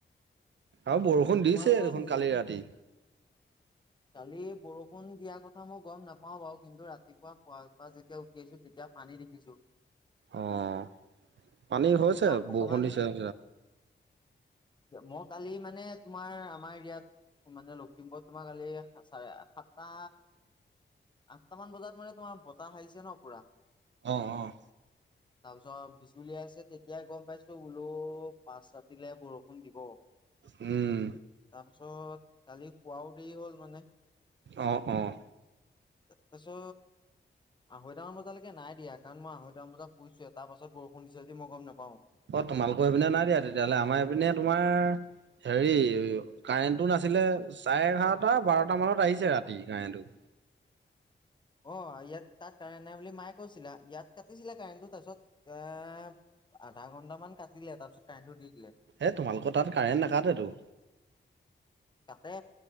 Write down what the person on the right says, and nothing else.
আৰু বৰষুণ
দিছে দেখোন
কালি ৰাতি।
অ', পানীৰ হৈছে
বৰষুণ দিছে।
অ', অ'।
উম।
অ', অ'।
অ', তোমালোকৰ এইপিনে নাই দিয়া তেতিয়াহ'লে আমাৰ এইপিনে তোমাৰ হেৰি কাৰেণ্টটো নাছিলে চাৰে এঘাৰটা বাৰটা মানত আহিছে ৰাতি কাৰেণ্টটো।
এ তোমালোকৰ তাত কাৰেণ্ট নাকাটেটো।